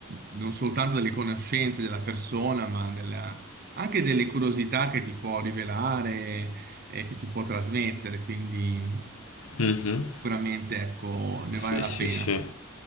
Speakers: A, on the right (about 45°); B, on the left (about 80°).
A: non soltanto delle conoscenze della persona, ma della- anche delle curiosità che ti può rivelare e che ti può trasmettere, quindi
B: Mhm.
A: sicuramente ecco, ne
B: Sì,
A: vale la
B: sì,
A: pena.
B: sì.